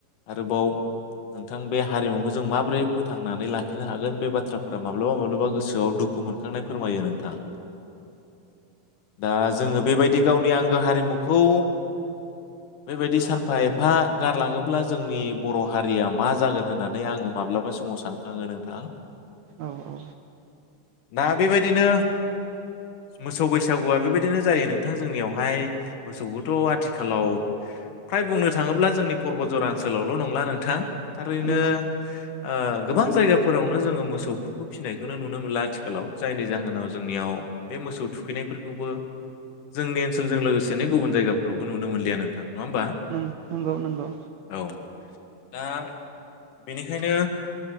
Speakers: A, on the left (about 70°); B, on the right (about 80°).
A: आरोबाव नोंथां बे हारिमुखौ जों माबोरै फोथां नानै लाखिनो हागोन बे बाथ्राफोरा माब्लाबा माब्लाबा गोसोआव दुखु मोनखांनाय फोरमायो नोंथां। दा जोंङो बेबायदि गावनि आंगो हारिमुखौ बेबायदि सानफा एफा गारलांङोब्ला जोंनि बर' हारिया मा जागोन होननानै आंङो माब्लाबा समाव सान आंङो नोंथां
B: औ औ
A: दा बेबायदिनो मोसौ बैसागुआ बेबायदिनो जायो नोंथां जोंनियावहाय मोसौखौथ' आथिखालाव फ्राय बुंनो थांङोब्ला जोंनि पर्बतजरा ओनसोलावल' नंला नोंथां। थारैनो
B: नंगौ
A: ओ यगाफोरावनो जोंङो मोसौफोरखौ फिसिनायखौनो नुनो मोनला आथिखालाव जायनि जाहोनाव जोंनियाव बे मोसौ थुखैनायफोरखौबो जोंनि ओनसोलजों लोगोसेनो गुबुन जायगाफोरावबो नुनो मोनलिया नोंथां। नङा होमबा
B: नों नंगौ नंगौ
A: औ दा बेनिखायनो